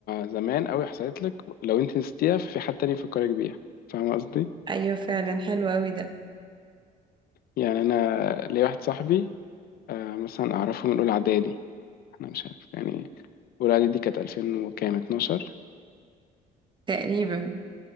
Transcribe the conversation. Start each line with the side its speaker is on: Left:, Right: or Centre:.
Left: زمان قوي حصلت لك لو انت نسيتيها ففي حد تاني يفكرك بيها فاهمة قصدي
Right: ايوه فعلا حلو اوي ده
Left: يعني انا ليا واحد صاحبي آه، مثلا اعرفه من اولى اعدادي انا مش عارف يعني اولى اعدادي دي كانت 2000 وكام 12
Right: تقريبا